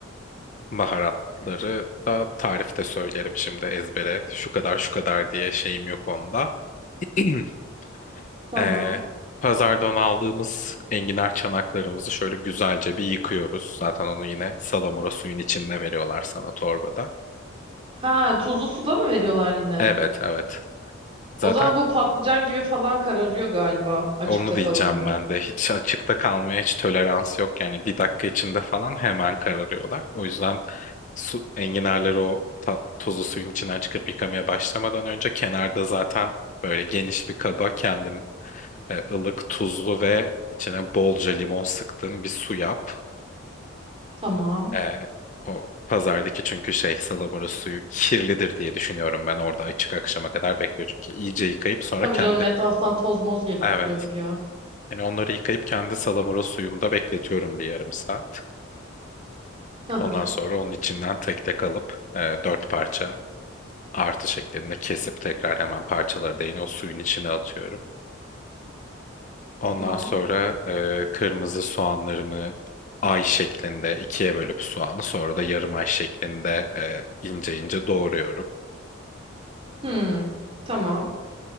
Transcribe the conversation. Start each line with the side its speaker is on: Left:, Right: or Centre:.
Left: Baharatları da tarifte söylerim şimdi ezbere. Şu kadar şu kadar diye şeyim yok onda. <clears throat>
Right: Tamam.
Left: Ee, pazardan aldığımız enginar çanaklarımızı şöyle güzelce bir yıkıyoruz. Zaten onu yine salamura suyun içinde veriyorlar sana torbada.
Right: Ha tuzlu suda mı veriyorlar yine?
Left: Evet evet. Zaten
Right: O zaman bu patlıcan gibi falan kararıyor galiba açıkta
Left: onu diyeceğim
Right: kalınca.
Left: ben de. Hiç açıkta kalmaya hiç tolerans yok. Yani bir dakika içinde falan hemen kararıyorlar. O yüzden su, enginarları o ta- tuzlu suyun içinden çıkıp yıkamaya başlamadan önce kenarda zaten böyle geniş bir kaba kendin e, ılık, tuzlu ve içine bolca limon sıktığın bir su yap.
Right: Tamam.
Left: E, o pazardaki çünkü şey salamura suyu kirlidir diye düşünüyorum ben orada açık akşama kadar bekliyor çünkü iyice yıkayıp sonra
Right: Tabii
Left: kendi
Right: canım etraftan toz moz geliyordur
Left: evet
Right: ya.
Left: yani onları yıkayıp kendi salamura suyumda bekletiyorum bir yarım saat.
Right: Hı hı.
Left: Ondan sonra onun içinden tek tek alıp e, dört parça artı şeklinde kesip tekrar hemen parçaları da yine o suyun içine atıyorum. Ondan
Right: Tamam.
Left: sonra e, kırmızı soğanlarımı ay şeklinde ikiye bölüp soğanı sonra da yarım ay şeklinde e, ince ince doğruyorum.
Right: Hmm. Tamam.